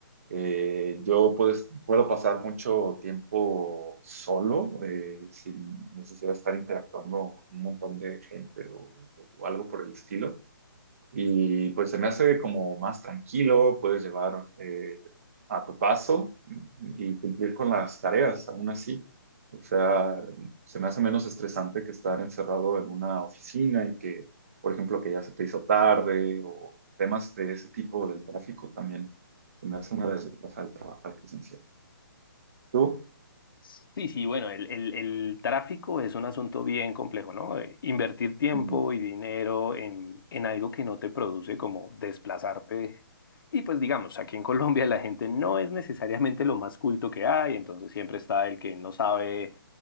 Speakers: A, on the right; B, on the left.
A: Eh, yo pues, puedo pasar mucho tiempo solo, eh, sin necesidad de estar interactuando con un montón de gente o, o algo por el estilo. Y pues se me hace como más tranquilo, puedes llevar eh, a tu paso y cumplir con las tareas, aún así. O sea, se me hace menos estresante que estar encerrado en una oficina y que, por ejemplo, que ya se te hizo tarde o temas de ese tipo del tráfico también. Se me hace una desventaja de trabajar presencial. ¿Tú?
B: Sí, sí, bueno, el, el- el tráfico es un asunto bien complejo, ¿no? Eh, Invertir tiempo
A: Ujú.
B: y dinero en, en algo que no te produce como desplazarte. Y pues digamos, aquí en Colombia la gente no es necesariamente lo más culto que hay, entonces siempre está el que no sabe